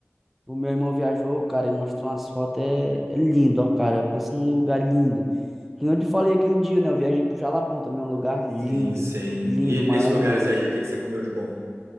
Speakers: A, in the centre; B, on the right.
A: O meu irmão viajou, cara, e mostrou umas fotos. É, é lindo, ó, cara. Pensa num lugar lindo. Que nem eu te falei aquele dia, né? Eu viajei pro Jalapão também, é um lugar
B: Sim,
A: lindo,
B: sim.
A: lindo,
B: E
A: maravilhoso.
B: nesses lugares aí, o que que você comeu de bom?